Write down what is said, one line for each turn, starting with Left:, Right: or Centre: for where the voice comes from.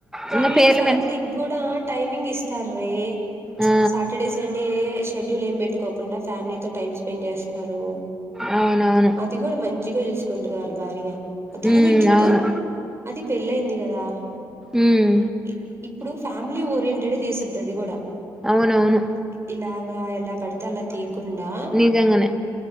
Right: వాళ్ళు
Centre: ఇంగ పేర్లు
Right: ఫ్యామిలీకి
Centre: మెన్స్
Right: కూడా టైమింగ్ ఇస్తార్రే ప్చ్
Centre: ఆ
Right: సాటర్డే, సండే షెడ్యూల్ ఏం పెట్టుకోకుండా ఫ్యామిలీతో టైమ్ స్పెండ్ చేస్తారు.
Centre: అవునవును
Right: తిగోడు మంచిగా చూసుకుండు వాళ్ళ భార్య దానికి
Centre: ఉమ్
Right: చూడు
Centre: అవును
Right: అది పెళ్ళయింది గదా
Centre: హ్మ్ఁ
Right: ఈ ఇప్పుడు ఫ్యామిలీ ఓరియంటెడ్ తీస్తద్ అది గూడ
Centre: అవునవును
Right: ఇలాగా ఎలా పడితే అలా తీయికుండా
Centre: నిజంగానే